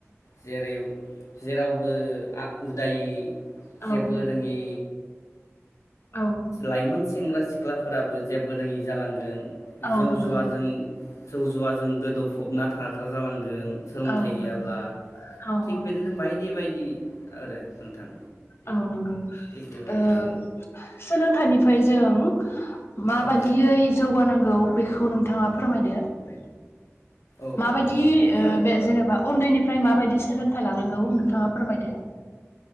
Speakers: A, on the left; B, on the left.
A: जेरै जेरावबो उदायै
B: औ
A: जेबो रोङि
B: औ
A: लाइमोन सेंग्रा सि सिख्लाफोराबो जेबो रोङि जालांगोन
B: औ
A: जौ
B: नंगौ
A: जुवाजों जौ जुवाजों गोदौफबना थाग्रा जालांगोन सोलोंथाइ
B: औ
A: गैयाब्ला
B: नंगौ औ औ
A: थिक बिदिनो बायदि बायदि <unintelligible> आरो नोंथां
B: औ नंगौ
A: थिग बेबादिनो
B: ओ सोलों खुथानिफ्राय जों माबादियै
A: औ
B: जौगानांगौ बेखौ नोंथांङा फोरमायदो
A: औ
B: माबायदि
A: सार
B: बे जेनेबा उन्दैनिफ्राय ओमफ्राय माबायदि सोलों थाय लानांगौ नोंथांङा फोरमायदो